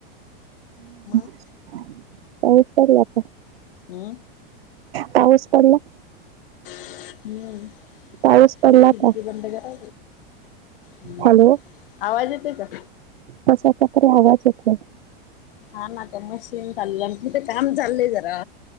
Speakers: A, on the left; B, on the right.
A: मग
B: <inaudible> पाऊस पडला का
A: हम्म
B: पाऊस पडला.
A: हम्म
B: पाऊस पडला
A: त खिडकी
B: का
A: बंद करा. हम्म
B: हॅलो
A: आवाज येते का.
B: कशाचा तरी आवाज येतो.
A: हा ना त्या मशीन चाललेलं तिथं काम चाललंय जरा.